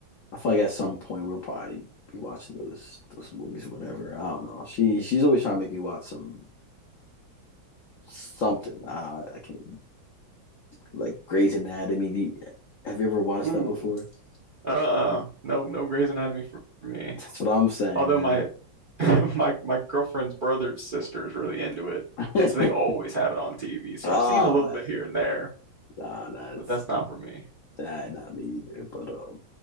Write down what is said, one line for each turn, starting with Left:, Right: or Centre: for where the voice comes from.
Left: I feel like at some point we'll probably be watching those those movies or whatever. I don't know. She she's always trying to make me watch some something. I I can't even, like Grey's Anatomy. Do you- have you ever watched
Right: Ooh,
Left: that before?
Right: uh-uh. No, no Grey's Anatomy for me.
Left: <laughs> That's what I'm saying,
Right: Although
Left: man.
Right: my <laughs> my my girlfriend's brother's sister is really into it,
Left: <laughs>
Right: and so they always have it on TV. So
Left: Ah,
Right: I've seen a little
Left: like
Right: bit here and there,
Left: nah, that's
Right: but that's not for me.
Left: that not me either. But um,